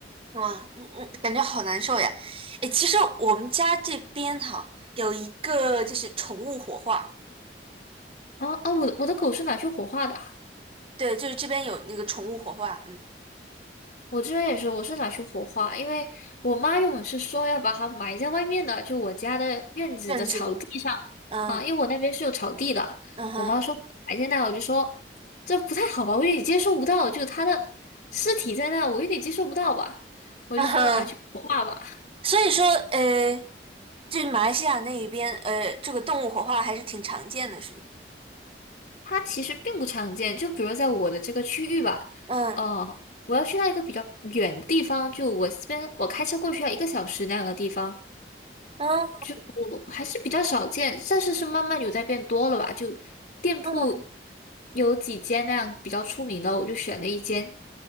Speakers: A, on the right; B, on the left.
A: 哇，嗯嗯，感觉好难受呀。哎，其实我们家这边哈有一个就是宠物火化，
B: 啊啊，我的我的狗是拿去火化的啊
A: 对，就是这边有那个宠物火化，嗯，
B: 我这边也是，我是拿去火化，因为我妈原本是说要把它埋在外面的，就我家的院子的草地上啊，
A: 院子里，嗯
B: 因为我那边是有草地的，
A: 嗯哼
B: 我妈说埋在那，我就说这不太好吧，我有点接受不到，就它的尸体在那，我有点接受不到吧。我就说拿去火化吧。
A: 嗯哼，所以说，呃，这马来西亚那一边，呃，这个动物火化还是挺常见的，是吗？
B: 它其实并不常见，就比如在我的这个区域吧，
A: 嗯
B: 呃，我要去到一个比较远的地方，就我这边我开车过去要一个小时那样的地方，
A: 嗯
B: 就还是比较少见，但是是慢慢有在变多了吧，就店铺
A: 嗯
B: 有几间那样比较出名的，我就选了一间。